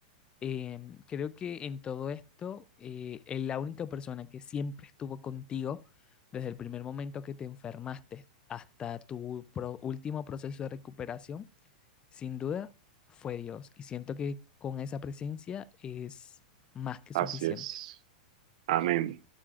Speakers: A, on the left; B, on the right.
A: em, creo que en todo esto, eh, eh, la única persona que siempre estuvo contigo desde el primer momento que te enfermaste hasta tu pro- último proceso de recuperación, sin duda, fue Dios. Y siento que con esa presencia es más que suficiente.
B: Así es. Amén.